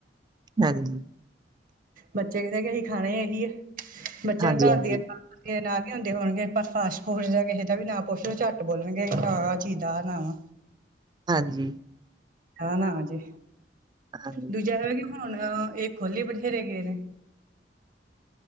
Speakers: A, on the right; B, on the right.
A: ਹਾਂਜੀ
B: ਬੱਚੇ ਕਹਿੰਦੇ ਕਿ ਅਸੀਂ ਖਾਣੇ ਇਹੀ ਹੈ ਬੱਚਿਆਂ
A: ਹਾਂਜੀ,
B: ਨੂੰ ਘਰ
A: ਹਾਂਜੀ,
B: ਦੀ ਕੀ ਨਾ ਕੀ ਆਉਂਦੇ ਹੋਨਗੇ ਪਰ ਫਾਸਟ ਫੂਡ ਜਾ ਕਿਸੇ ਦਾ ਵੀ ਨਾ ਪੁੱਛ ਉਹ ਝੱਟ ਬੋਲਨਗੇ ਹਾਂ ਚੀਦਾ ਨਾਂ ਆ
A: ਹਾਂਜੀ
B: ਹਾਂ ਨਾ ਹਾੰਜੀ
A: ਹਾਂਜੀ,
B: ਦੂਜਾ ਵੀ ਹੁਨ ਇਹ ਖੁਲ ਈ ਬਥੇਰੇ ਗਏ ਨੇ